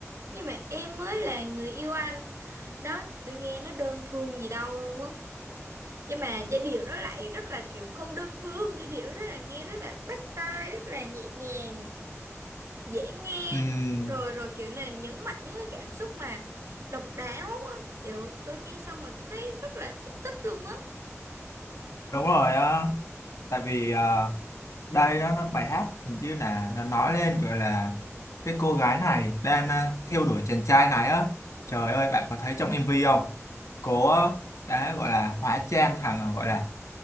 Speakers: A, on the right; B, on the left.
A: nhưng mà em mới là người yêu anh đó tôi nghe nó đơn phương gì đâu luôn á nhưng mà giai điệu nó lại rất là kiểu không đơn phương giai điệu rất là nghe rất là bắt tai rất là nhẹ nhàng dễ nghe
B: Ừm,
A: rồi rồi kiểu này nhấn mạnh những cái cảm xúc mà độc đáo á kiểu tôi nghe xong mà tôi thấy rất là thích thích luôn á
B: đúng rồi á tại vì à, đây đó nó bài hát hình như là nó nói lên gọi là cái cô gái này đang à, theo đuổi chàng trai này á trời ơi bạn có thấy trong MV không cô á, đã gọi là hóa trang thằng gọi là